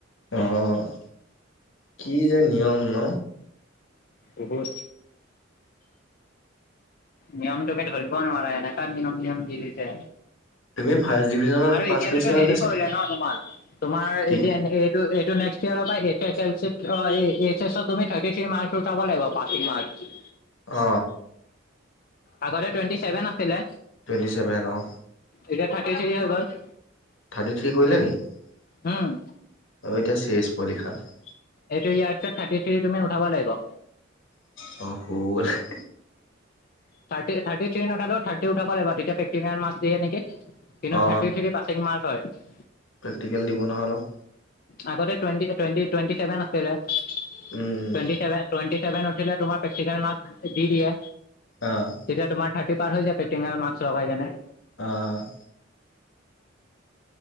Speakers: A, on the left; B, on the left.
A: অ' কি যে নিয়ম ন
B: অকলে নিয়ম তোকে ধৰিব নোৱাৰে এনেকুৱা নিয়ম নিয়ম দি দিছে।
A: তুমি ফাৰ্ষ্ট ডিভিজনত
B: আৰু
A: পাছ
B: এতিয়াতোত
A: কৰিছিলা
B: হেৰি
A: নে ছেকেণ্ড
B: কৰিলে ন তোমাৰ তোমাৰ
A: কি
B: এতিয়া। এইটো নেক্স ইয়াৰ পৰা এইছ এছ এল চিত আ এইছ এছত তুমি থাৰ্টি থ্ৰী মাৰ্ক্স উঠাব লাগিব পাচিং মাৰ্ক্স।
A: অ,
B: আগতে টুৱেণ্টি ছেভেন আছিলে।
A: টুৱেণ্টি ছেভেন অ'।
B: এতিয়া থাৰ্টি থ্ৰী হৈ গ'ল।
A: থাৰ্টি থ্ৰী কৰিলে নি অঁ
B: উম,
A: এতিয়া চেজ পৰীক্ষাত।
B: এইটো ইয়াৰ পিছত থাৰ্টি থ্ৰী তুমি উঠাব লাগিব।
A: অ', <unintelligible>
B: থাৰ্টি থাৰ্টি থ্ৰী নুথালেও থাৰ্টি উঠাব লাগিব তেতিয়া প্ৰেক্টিকেল মাৰ্ক্স দিয়ে নিকি। কিন্তু
A: অ
B: থাৰ্টি থ্ৰী পাছিং মাৰ্ক হয়।
A: প্ৰেক্টিকেল দিব নহয় অলপ।
B: আগতে টুৱেন্টি, টুৱেন্টি, টুৱেন্টি ছেভেন আছিলে, টুৱেন্টি
A: উম
B: চেভে টুৱেন্টি চেভেন উঠিলে তোমাৰ প্ৰেক্টিকেল মাৰ্ক দি দিয়ে
A: অ'
B: এতিয়া তোমাৰ থাৰ্টি পাৰ হৈ যায়, প্ৰেক্টিকেল মাক্স লগাই কেনে
A: অ'